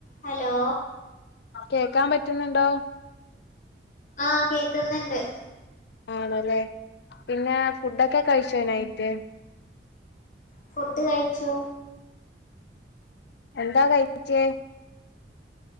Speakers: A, on the left; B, on the left.
A: ഹലോ
B: കേക്കാൻ പറ്റുന്നുണ്ടോ
A: ആഹ് കേക്കുന്നുണ്ട്
B: ആണല്ലേ പിന്നെ ഫുഡൊക്കെ കഴിച്ചോ നൈറ്റ്
A: ഫുഡ് കഴിച്ചു
B: എന്താ കഴിച്ചേ